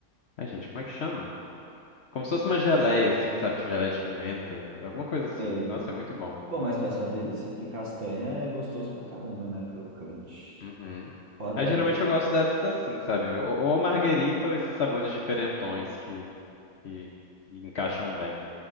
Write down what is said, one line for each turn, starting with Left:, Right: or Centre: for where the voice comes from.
Left: Ai, gente, como é que chama? Como se fosse uma geleia, assim, sabe? Tipo geleia de pimenta, alguma coisa assim.
Right: É.
Left: Nossa, é muito bom.
Right: Bom, mas parece uma delícia, porque castanha é gostoso pra caramba, né? Crocante.
Left: Uhum.
Right: Eu adoro.
Left: Aí geralmente eu gosto dessas assim, sabe? Ou, ou marguerita ou esses sabores diferentões que, que que encaixam bem.